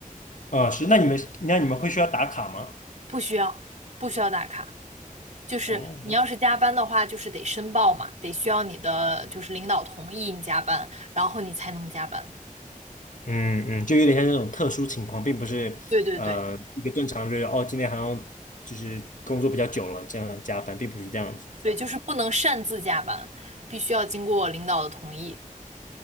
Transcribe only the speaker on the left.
啊是，那你们那你们会需要打卡吗？
嗯
嗯嗯，就有点像那种特殊情况，并不是呃一个正常日哦，
今天好像就是工作比较久了，这样加班，并不是这样子的加班。